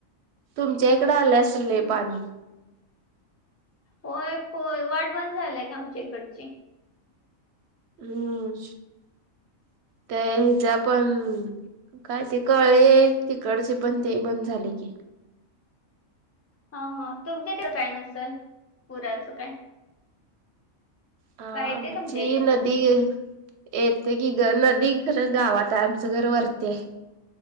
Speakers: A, on the right; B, on the left.
A: तुमच्या इकडं आले असले
B: हम्म.
A: पाणी
B: होय होय वाट बंद झालीय का आमच्या इकडची
A: हम्म ते ह जे पण काय ते कळे तिकडचे पण ते बंद झाले की
B: हा हा तुमच्या तर काय नसेल पुराचं काय
A: हा
B: काय येते
A: आमची
B: तुमच्या इकडे
A: नदी येत कि ग नदी खरं गावात आहे आमचं घर वरतेय